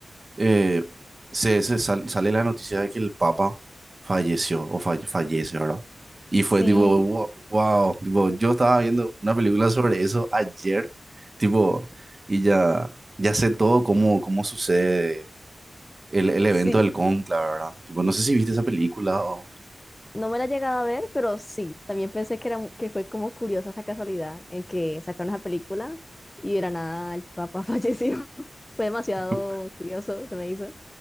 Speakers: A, on the right; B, on the left.
A: eh, se, se sal- sale la noticia de que el Papa falleció o falle- fallece, ¿verdad? Y fue
B: sí,
A: tipo, wow, wow, tipo, yo estaba viendo una película sobre eso ayer, tipo, y ya, ya sé todo cómo, cómo sucede el, el evento
B: sí.
A: del conclave, ¿verdad? Tipo, no sé si viste esa película o...
B: No me la he llegado a ver, pero sí. También pensé que era mu- que fue como curiosa esa casualidad en que sacaron esa película y de la nada el papá <laughs> falleció. Fue demasiado
A: <laughs>
B: curioso, se me hizo.